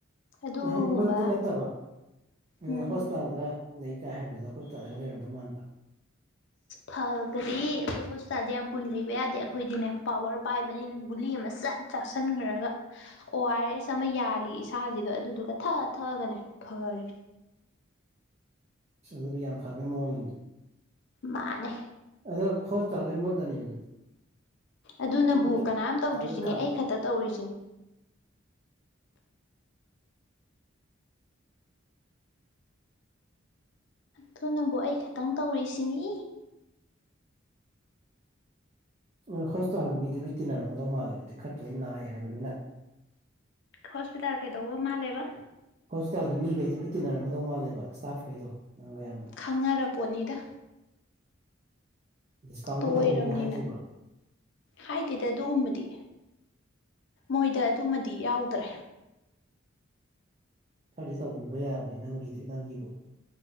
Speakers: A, on the left (about 60°); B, on the right (about 35°).
A: ꯑꯗꯨꯒꯨꯝꯕ
B: ꯉꯍꯥꯛꯅꯤꯡꯕꯕꯨꯗꯤ ꯅꯠꯇꯕ ꯑꯗꯨꯗ
A: ꯎꯝ
B: ꯍꯣꯁꯄꯤꯇꯥꯜꯗ ꯂꯩ ꯀꯥꯏ ꯍꯥꯏꯕꯗꯨꯗ ꯍꯣꯁꯄꯤꯇꯥꯜꯟꯒ ꯂꯩꯔꯝꯗꯧ ꯃꯥꯟꯕ
A: ꯐꯒꯔꯦ ꯑꯩꯈꯣꯏ ꯍꯣꯁꯄꯤꯇꯥꯜꯗ ꯌꯥꯝ ꯀꯨꯏ ꯂꯩꯕ ꯌꯥꯗꯦ ꯑꯩꯈꯣꯏꯗꯤꯅꯦ ꯄꯥꯋꯔ ꯄꯥꯏꯕꯅꯤꯅ ꯒꯨꯂꯤ ꯑꯃ ꯁꯠ ꯆꯥꯁꯟꯒ꯭ꯔꯒ ꯑꯣ ꯑꯥꯔ ꯑꯦꯁ ꯑꯃ ꯌꯥꯜꯂꯤ ꯏꯁꯥꯖꯤꯗ ꯑꯗꯨꯗꯨꯒ ꯊꯛꯑ ꯊꯛꯑꯒꯅꯦ ꯐꯔꯤ
B: ꯑꯁ ꯑꯗꯨꯗꯤ ꯌꯥꯝ ꯐꯕꯩ ꯃꯑꫭꯡꯅꯤꯅꯦ
A: ꯃꯥꯅꯦ
B: ꯑꯗꯣ ꯍꫭꯁꯄꯤꯇꯥꯜ ꯂꯣꯏ ꯃꯨꯠꯂꯅꯤ ꯑꯗꯨꯗꯤ
A: ꯑꯗꯨꯅꯕꯨ
B: ꯃꯨꯠꯂꯣꯏꯗ꯭ꯔꯣ
A: ꯀꯅꯥꯝ ꯇꯧꯗ꯭ꯔꯤꯁꯤꯅꯦ
B: ꯑꯗꯥꯏ ꯂꯣꯏ ꯀꯜꯂꯗꯤ
A: ꯑꯩ ꯈꯛꯇ ꯇꯧꯔꯤꯁꯤꯅꯦ ꯑꯗꯨꯅꯕꯨ ꯑꯩ ꯈꯇꯪ ꯇꯧꯔꯤꯁꯤꯅꯤ
B: ꯍꯣꯁꯄꯤꯇꯥꯜꯒꯤ ꯃꯤꯗꯤ ꯂꯣꯏ ꯇꯤꯟꯅꯔꯝꯃꯗꯧ ꯃꯥꯜꯂꯦ ꯑꯗꯨꯗꯤ ꯈꯔ ꯇꯣꯏꯅ ꯅꯥꯏ ꯍꯥꯏꯕꯅꯤꯅ
A: ꯍꯣꯁꯄꯤꯇꯥꯜ ꯀꯩꯗꯧꯕ ꯃꯥꯜꯂꯦꯕ
B: ꯍꯣꯁꯄꯤꯇꯥꯜꯒꯤ ꯃꯤꯈꯩꯗꯨ ꯂꯣꯏ ꯇꯤꯟꯅꯔꯝꯃꯗꯧ ꯃꯥꯜꯂꯦꯕ ꯏꯁꯇꯥꯐꯈꯩꯗꯣ ꯅꯪꯒ ꯌꯥꯝꯅ
A: ꯈꯪꯅꯔ ꯄꯣꯠꯅꯤꯗ
B: ꯗꯤꯁꯀꯥꯎꯟꯒ
A: ꯇꯣꯏꯔꯕꯅꯤꯅ
B: ꯇꯧꯒꯦꯒ ꯍꯥꯏꯗ꯭ꯔꯤꯕꯣ
A: ꯍꯥꯏꯗꯦꯗ ꯑꯗꯨꯒꯨꯝꯕꯗꯤ ꯃꯣꯏꯗ ꯑꯗꯨꯃꯗꯤ ꯌꯥꯎꯗ꯭ꯔꯦ
B: ꯈꯔꯗꯤ ꯇꯧꯕꯤꯕ ꯌꯥꯕꯅꯦ ꯅꯪꯒꯤꯗꯤ ꯅꯪꯒꯤꯕꯨ